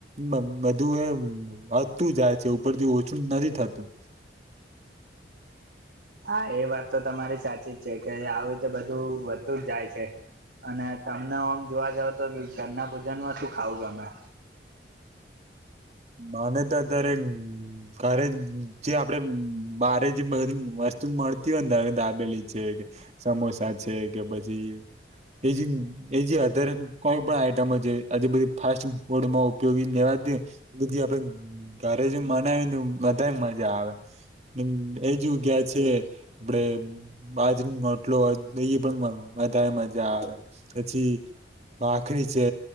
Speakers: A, on the right; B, on the right.
A: બધું એતું જાય છે ઉપરથી ઓછું નથી થતું.
B: હા એ વાત તો તમારી સાચી જ છે કે આવીુંતે બધું વધતું જ જાય છે. અને તમને આમ જોવા જાવ તો ઘરના ભૂજન માં શું ખાવ ગમે.
A: નાને તો અ ત્યારે. ઘરે જે આપડે બારે જે બધી વસ્તુ મળતી હોય ને તરે દાબેલી છે કે. સમોસા છે કે પછી એજી. એજી આધારે કોઈ પણ આઈટમ જ આજ બધી ફાસ્ટ ફૂડમાં ઉપયોગી લેવા દ બધી આપડે ઘરે જો મનાવી ને બધા મજા આવે. હ એ જોગયા છે આપડે બાજટલો એ પણ વધારે મજા આવે પછી ભાખરી છે